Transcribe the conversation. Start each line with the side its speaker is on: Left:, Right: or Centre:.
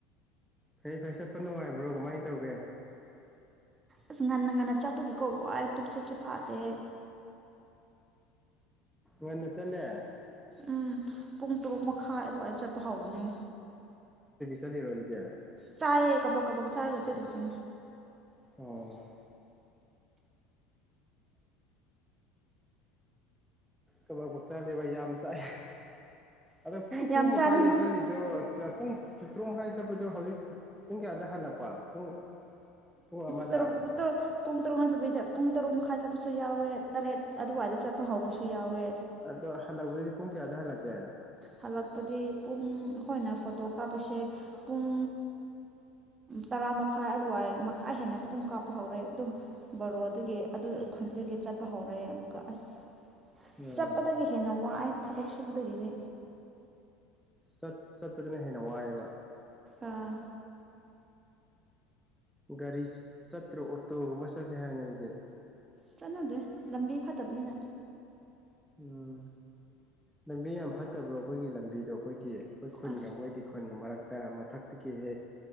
Centre: ꯐꯩ ꯐꯩ ꯆꯠꯄ ꯅꯨꯡꯉꯥꯏꯕ꯭ꯔꯣ ꯀꯃꯥꯏꯅ ꯇꯧꯒꯦ
Right: ꯑꯁ ꯉꯟꯅ ꯉꯟꯅ ꯆꯠꯄꯨꯒꯤꯀꯣ ꯋꯥꯏ ꯇꯨꯞꯆꯦꯠꯁꯨ ꯐꯥꯗꯦ
Centre: ꯃꯟꯅꯁꯂꯦ
Right: ꯎꯝ ꯄꯨꯡ ꯇꯔꯨꯛ ꯃꯈꯥꯏ ꯑꯗꯨꯋꯥꯏꯗ ꯆꯠꯄ ꯍꯧꯔꯅꯦ
Centre: ꯆꯂꯤꯔꯔꯕꯣ ꯑꯗꯨꯗꯤꯌꯥ
Right: ꯆꯥꯌꯦ ꯀ ꯄꯀ ꯄꯛ ꯆꯥꯒꯆ ꯇꯆꯦ
Centre: ꯑꯣ ꯀꯕꯥꯛ ꯄꯛꯆꯥ ꯂꯦꯕ ꯌꯥꯝ ꯆꯥꯏ ꯑꯗꯣ ꯄꯨꯡ ꯇꯔꯨ
Right: ꯌꯥꯝ
Centre: ꯃꯈꯥꯏꯗꯩ
Right: ꯆꯥꯅꯤ
Centre: ꯆꯠꯂꯤꯗꯣ ꯄꯨꯡ ꯇ ꯇꯔꯨꯛ ꯃꯈꯥꯏ ꯆꯠꯄ ꯍꯧꯖꯤꯛ ꯄꯨꯡ ꯀꯌꯥꯗ ꯍꯜꯂꯛꯄ ꯄꯨꯡ ꯄꯨꯡ ꯑꯃꯗ
Right: ꯇꯔꯨꯛ ꯇꯔꯨꯛ ꯄꯨꯡ ꯇꯔꯨꯛ ꯅꯠꯇꯕꯤꯗ ꯄꯨꯡ ꯇꯔꯨꯛ ꯃꯈꯥꯏ ꯆꯠꯄꯁꯨ ꯌꯥꯎꯋꯦ ꯇꯔꯦꯠ ꯑꯗꯨꯋꯥꯏꯗ ꯆꯠꯄ ꯍꯧꯕꯁꯨ ꯌꯥꯎꯋꯦ
Centre: ꯑꯗꯣ ꯍꯜꯂꯛꯄꯗꯗꯤ ꯄꯨꯡ ꯀꯌꯥꯗ ꯍꯜꯂꯛꯀꯦ
Right: ꯍꯜꯂꯛꯄꯗꯤ ꯄꯨꯡ ꯑꯩꯈꯣꯏꯅ ꯐꯣꯇꯣ ꯀꯥꯞꯄꯤꯁꯦ ꯄꯨꯡ ꯇꯔꯥ ꯃꯈꯥꯏ ꯑꯗꯨꯋꯥꯏ ꯃꯈꯥꯏ ꯍꯦꯟꯅꯗꯤ ꯑꯗꯨꯝ ꯀꯥꯞꯄ ꯍꯧꯔꯦ ꯑꯗꯨꯝ ꯕꯔꯣ ꯑꯗꯨ ꯈꯟꯒꯤ ꯆꯠꯄ ꯍꯧꯔꯑꯦ ꯑꯃꯨꯛꯀ ꯑꯁ
Centre: ꯎꯝ
Right: ꯆꯠꯄꯗꯒꯤ ꯍꯦꯟꯅ ꯋꯥꯏ ꯊꯕꯛ ꯁꯨꯕꯗꯒꯤꯗꯤ
Centre: ꯆꯠ ꯆꯠꯄꯗꯨꯅ ꯍꯦꯟꯅ ꯋꯥꯏꯑꯦꯕ
Right: ꯑꯥ
Centre: ꯎꯝ ꯒꯥꯔꯤ ꯆꯠꯇ꯭ꯔꯣ ꯑꯣꯇꯣꯒꯨꯝꯕ ꯆꯠꯁꯦ ꯍꯥꯏꯕꯅꯤ ꯑꯗꯨꯗꯤ
Right: ꯆꯠꯅꯗꯦ ꯂꯝꯕꯤ ꯐꯠꯇꯕꯅꯤꯅ
Centre: ꯎꯝ ꯂꯝꯕꯤ ꯌꯥꯝ ꯐꯠꯇꯕ꯭ꯔꯣ ꯑꯩꯈꯣꯏꯒꯤ ꯂꯝꯕꯤꯗꯣ ꯑꯩꯈꯣꯏꯒꯤ ꯑꯩꯈꯣꯏ ꯈꯨꯟꯒ
Right: ꯑꯁ
Centre: ꯃꯣꯏꯒꯤ ꯈꯨꯟꯒ ꯃꯔꯛꯇ ꯃꯊꯛꯇꯒꯤ ꯍꯦꯛ